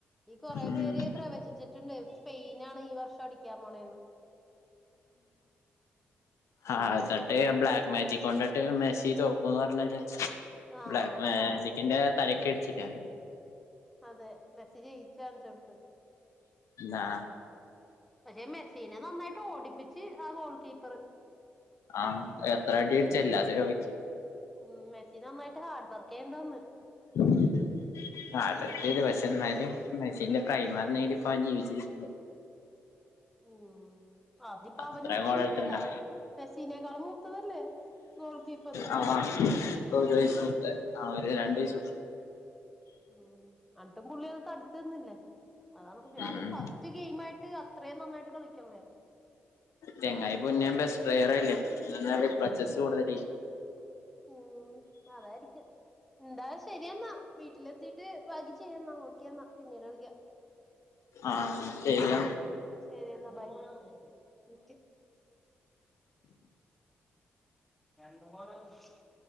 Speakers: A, in the centre; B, on the left (about 75°).
A: ഈ കൊറെ
B: ഉം
A: പേര് പ്രവചിച്ചിട്ട്ണ്ട് സ്പെയിനാണ് ഈ വർഷം അടിക്ക്യാ പോണേന്ന് എങ്ങനെന്നറിയില്ല
B: ആഹ് സട്ടേ ഞ ബ്ലാക്ക് മാജികൊണ്ടൺ. ട്ടെ മെസ്സി തോക്കൂന്ന് പർഞ്ഞല്ലെ
A: ആഹ്
B: ബ്ലാക്ക് മാജിക്കിന്റെ
A: ആഹ്
B: തലക്ക്യട്ച്ചിട്ട
A: അതെ മെസ്സി ജയിച്ചാണ് ചെർത്ത്.
B: ന്നാ.
A: പക്ഷെ മെസ്സീനെ നന്നായിട്ട് ഓടിപ്പിച്ച് ആ ഗോൾ കീപ്പറ്.
B: ആഹ് എത്ര അട്യട്ച്ചെല്ലാ സേവാക്കി.
A: ഉം മെസ്സി നന്നായ്ട്ട് ഹാർഡ് വർക്കെയ്യണ്ടന്ന്.
B: <unintelligible> ഹാർഡർക്കെയ്തു പക്ഷെ ന്നാലും മെസിന്റെ പ്രൈമർനേനി പവൻ ജീവിച്ചിരിക്കില്ല.
A: ഉം അതിപ്പവനും
B: അത്രയും
A: പ്രൈമല്ലല്ലാ
B: ഗോളടിച്ചിട്ടുണ്ടാ
A: മെസീനേക്കാളും മൂത്തതല്ലേ. ഗോൾ കീപ്പറ്
B: ആഹ് ഒരു വയ്സ് മുത ആ ഒരു രണ്ടയ്സ് മൂ
A: ഉം അട്ടും പുള്ളി തടുത്ത്നിന്നില്ലേ. അതാണ് പുള്ളി അതും
B: ഉം
A: ഫസ്റ്റ് ഗെയിമായിട്ട് അത്രേ നന്നായിട്ട് കളിക്ക്യൺ ലേ.
B: ചെങ്ങായി പുന്നേം ബെസ് പ്ളേയറല്ലേ എന്ന റിപ്ലച്ചസ്സ് കൂടുതലെ.
A: ഉം അതായിരിക്ക്യും ന്താ ശരിയെന്നാ വീട്ടിലെത്തി ട്ട് ബാക്കി ചെയ്യന്നാ ഓക്കെന്നാ പിന്നീട് വിളിക്ക്യ.
B: ആഹ് ശര്യണ്.
A: ശര്യന്നാ ബൈ ഓക്കെ. രണ്ടു. <unintelligible>